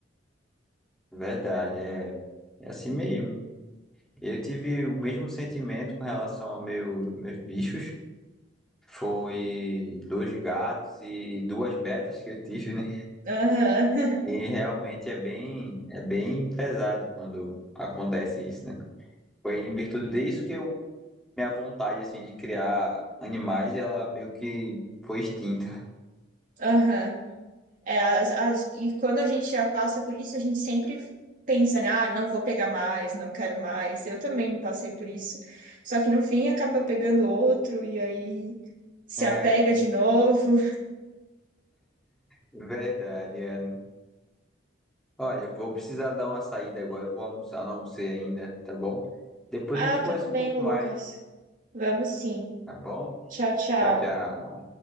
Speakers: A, in the centre; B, on the right (about 45°).
A: Verdade, é, é assim mesmo. Eu tive o mesmo sentimento com relação aos meu, meus bichos. Foi dois gatos e duas betas que eu tive, né?
B: Aham, <laughs>
A: E realmente é bem, é bem pesado quando acontece isso, né? Foi em virtude disso que eu, minha vontade, assim, de criar animais, ela meio que foi extinta.
B: aham. É, as- as- e quando a gente já passa por isso, a gente sempre pensa, né, ah, não vou pegar mais, não quero mais. Eu também passei por isso. Só que no fim acaba pegando outro e aí se
A: É,
B: apega de novo.
A: verdade, Ellen. Olha, eu vou precisar dar uma saída agora, eu vou almoçar, não almocei ainda, tá bom? Depois
B: Ah,
A: a gente
B: tudo
A: conversa
B: bem,
A: um pouco
B: Lucas.
A: mais,
B: Vamos sim.
A: tá bom?
B: Tchau, tchau.
A: Tchau, tchau.